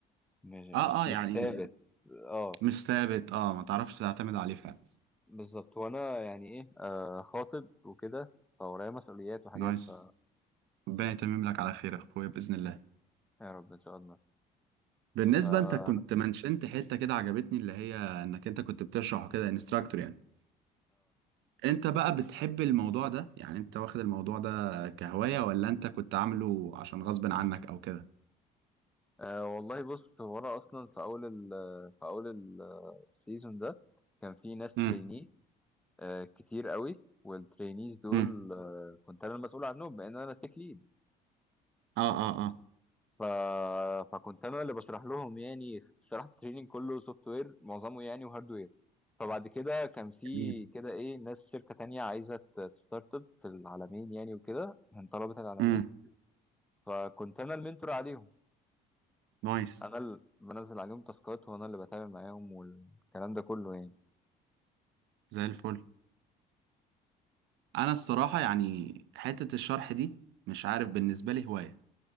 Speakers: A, in the centre; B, on the right.
A: مش
B: اه
A: مش,
B: اه يعني
A: مش ثابت اه
B: مش ثابت اه ما تعرفش تعتمد عليه فعلا
A: بالظبط وانا يعني ايه آه خاطب وكده فورايا مسؤوليات وحاجات
B: نايس
A: ف
B: ربنا يتمم لك على خير يا اخويا باذن الله
A: يا رب ان شاء الله
B: بالنسبة
A: ف اه
B: انت كنت منشنت حتة كده عجبتني اللي هي انك انت كنت بتشرح كده انستراكتور يعني انت بقى بتحب الموضوع ده يعني انت واخد الموضوع ده كهواية ولا انت كنت عامله عشان غصب عنك او كده
A: آه، والله بص هو انا اصلا في اول ال في اول السيزون ده كان في ناس
B: امم
A: تريني آه كتير قوي والترينيز دول
B: امم
A: آه، كنت انا المسؤول عنهم بان انا تك ليد
B: اه اه اه
A: ف... فكنت انا اللي بشرح لهم يعني شرحت التريننج كله سوفت وير معظمه يعني وهاردوير فبعد كده كان في
B: جميل
A: كده ايه ناس في شركه تانية عايزه تستارت اب في العالمين يعني وكده من طلبه العالمين
B: امم
A: فكنت انا المنتور عليهم
B: نايس
A: انا اللي بنزل عليهم تاسكات وانا اللي بتابع معاهم والكلام ده كله يعني
B: زي الفل انا الصراحة يعني حتة الشرح دي مش عارف بالنسبة لي هواية